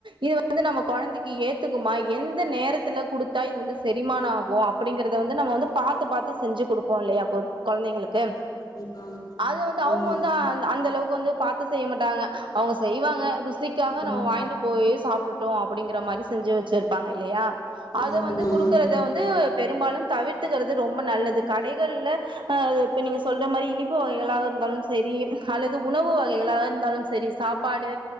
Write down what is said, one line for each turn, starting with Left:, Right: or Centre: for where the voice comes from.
Right: இது வந் வந்து நம்ம குழந்தைக்கு ஏத்துக்குமா எந்த நேரத்துல குடுத்தா இது வந்து செரிமானமாகு அப்படிங்கறத வந்து நம்ம வந்து பாத்து பாத்து செஞ்சு குடுப்போ இல்லையா ஒரு குழந்தைங்களுக்கு
Left: <inaudible>
Right: அது வந்து அவுங்க
Left: ஆமா
Right: வந்து அ அந்த அளவுக்கு வந்து பாத்து செய்ய மாட்டாங்க அவுங்க செய்வாங்க ருசி க்காக நம்ம
Left: ம்
Right: வாயின்ட்டு போய் சாப்ட்டுட்டோ அப்படிங்கற மாரி செஞ்சு வெச்சிருப்பாங்க இல்லயா அது
Left: ம்
Right: வந்து
Left: ஆமா
Right: குடுக்கறத வந்து பெரும்பாலும் தவிர்த்துக்கறது ரொம்ப நல்லது கடைகள்ல அ இப்ப நீங்க சொல்ற மாரி இனிப்பு வகை இல்லாத இருந்தாலும் செரி அல்லது உணவு வகைகளாக இருந்தாலும் செரி சாப்பாடு